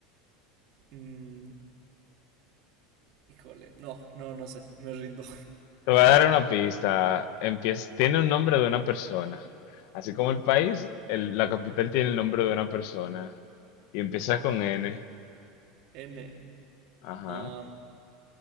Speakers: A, on the right; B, on the left.
A: mm, híjole. No, no, no sé. Me rindo.
B: Te voy a dar una pista. Empieza, tiene un nombre de una persona. Así como el país, el- la capital tiene el nombre de una persona. Y empieza con N.
A: <laughs> N.
B: Ajá.
A: ah,